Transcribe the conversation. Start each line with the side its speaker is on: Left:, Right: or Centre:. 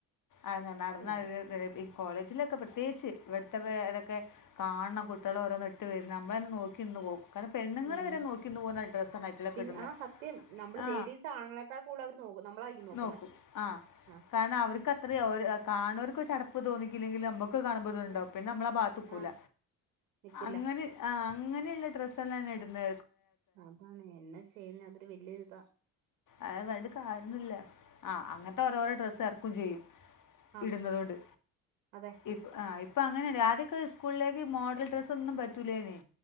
Left: ആന്നെ നടന്ന്
Right: നടക്കും
Left: <unintelligible> കോളേജിലൊക്കെ പ്രത്യേയിച്ച് ഇവ <unintelligible> ഇതൊക്കെ കാണണം കുട്ട്യേളോരോന്ന് ഇട്ട് വരുന്നെ നമ്മളന്നെ നോക്കിന്ന് പോവും കാരണം പെണ്ണുങ്ങള്
Right: ആഹ്
Left: വരെ നോക്കിന്ന് പോവുന്ന ഡ്രസ്സണ് അയ്റ്റളൊക്കെ
Right: പിന്നെ
Left: ഇട്ന്നെ.
Right: ആ സത്യം നമ്മള്
Left: ആ
Right: ലേഡീസ് ആണുങ്ങളെക്കാൾ കൂടുതൽ അവര് നോക്കും നമ്മളായിരിക്കും നോക്കുന്നെ
Left: നോക്കും ആ
Right: ആഹ്
Left: കാരണം അവര് അത്രെ ഓര് ആ കാണോര്ക്കൊരു ചടപ്പ് തോ ന്നികില്ലെങ്കില് നമ്മ ക്ക് കാണുമ്പത്ണ്ടാവും
Right: ആഹ്
Left: പിന്നെ നമ്മളാ ഭാത്ത്ക്കൂല
Right: ആഹ് നിക്കില്ല
Left: അങ്ങനെ ആഹ് അങ്ങനെള്ള ഡ്രസ്സെളെന്നെ ഇട്ന്നെ
Right: അതാണ് എന്നാ ചെയ്യുന്നെ അതൊരു വല്ല്യൊരുതാ
Left: അവ് പറഞ്ഞിട്ട് കാര്യൊന്നില്ല. ആഹ് അങ്ങത്തെ ഓരോരൊ ഡ്രസ്സ് എറക്കും ചെയ്യും.
Right: ആഹ്
Left: ഇടുന്നതോണ്ട്
Right: അതെ
Left: ഇപ്പൊ ആ ആ ഇപ്പൊ അങ്ങനെല്ലെ ആദ്യൊക്കെ സ്കൂളിലേക്ക് മോഡൽ ഡ്രസ്സൊന്നും പറ്റൂലേനി